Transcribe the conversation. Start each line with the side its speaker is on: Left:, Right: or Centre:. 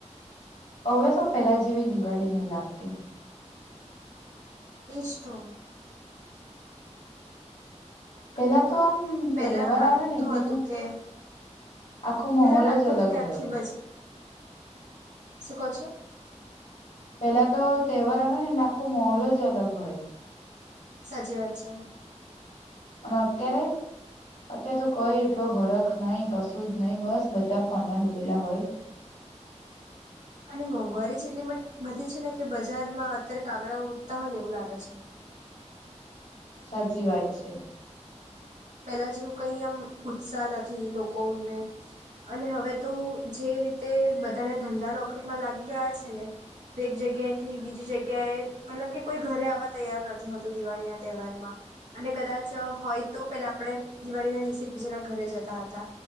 Left: હવે તો પેલા જેવી દિવાળી ની લાગતી
Right: એજ તો
Left: પેલા તો આમ તહેવાર
Right: પેલા લાગતું
Left: આવે ને એટલે
Right: હતું કે
Left: આખો માહોલ
Right: પેલા લાગતું
Left: જ અલગ
Right: હતું કે આખી
Left: હોય
Right: બજ શું કહો છો
Left: પેલા તો તહેવાર આવે ને એટલે આખો માહોલ જ અલગ હોય
Right: સાચી વાત છે
Left: અને અત્યારે અત્યારે તો કઈ એટલો હરખ નઈ કશું જ નહિ બસ બધા ફોનમાં ડૂબેલા હોય
Right: અને મોંઘવારી જ એટલી બધી છે ને કે બજારમાં અત્યારે કાગડા ઉડતા હોય ને એવું લાગે છે
Left: સાચી વાત છે
Right: પેલા જેવું કઈ એમ ઉત્સાહ નથી લોકોને અને હવે તો જે રીતે બધાને ધંધા નોકરીમાં લાગી ગયા છે ને તો એક જગ્યાએથી બીજી જગ્યાએ મતલબ કે કોઈ ઘરે આવવા તૈયાર નથી હોતું દિવાળી ના તહેવારમાં અને કદાચ વિચાર હોય તો આપણે દિવાળી ના દિવસે એકબીજાના ઘરે જતા હતા